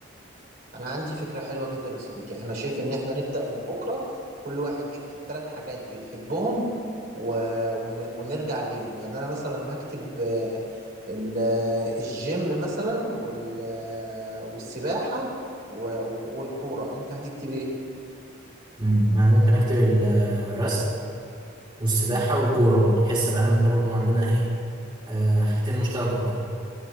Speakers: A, on the right (about 45°); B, on the right (about 25°).
A: انا عندي فكرة حلوة جدا يا صديقي احنا شايف ان احنا نبدأ من بكرة كل واحد يكتب ثلاث حاجات بيحبهم و... ون... ونرجع عليهم يعني انا مثلا هكتب آه، ال... آه، الجيم مثلا وال... آه، والسباحة و... والكورة انت هتكتب ايه
B: مم. أنا ممكن أكتب ال- الرسم والسباحة والكورة برضه بحس بقى أنا وأنت برضه عندنا إيه آه، حاجتين مشتركة برضه